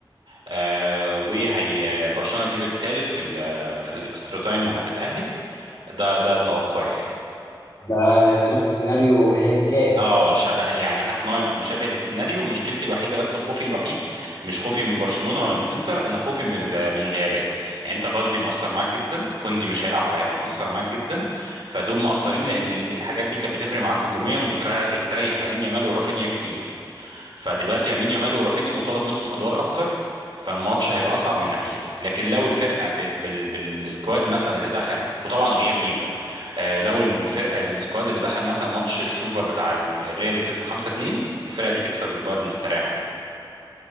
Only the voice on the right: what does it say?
آه وهي برشلونه تجيب الثالث في ال... في الاكسترا تايم وهتتاهل ده ده توقعي يعني
اه شبه يعني حاسس ان هو يبقى مشابه للسيناريو مشكلتي الوحيده بس وخوفي الوحيد مش خوفي من برشلونه ولا من الانتر انا خوفي من ال- من الغيابات يعني انت بالدي مأثر معاك جدا كوندي مش هيلعب فهيبقى مأثر معاك جدا فدول مأثرين لان ال- الحاجات دي كانت بتفرق معاك هجوميا وبتريح بتريح لامين يامال ورافينيا كتير فدلوقتي يمين يامال ورافينيا مطالب منهم ادوار اكتر فالماتش هيبقى اصعب من الناحيه دي لكن لو الفرقه ب... بال... بالسكواد مثلا اللي دخل وطبعا غياب ليفا آه لو الفرقه بالسكواد اللي دخل مثلا ماتش السوبر بتاع الريال اللي كسبه 5-2 الفرقه دي تكسب البايرن مستريحه